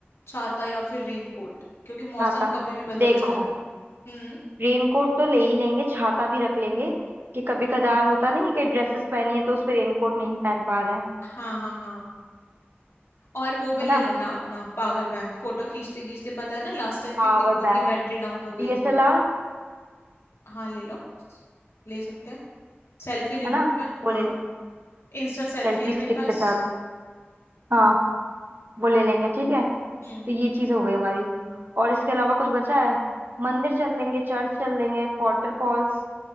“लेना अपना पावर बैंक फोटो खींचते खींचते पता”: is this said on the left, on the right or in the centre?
Left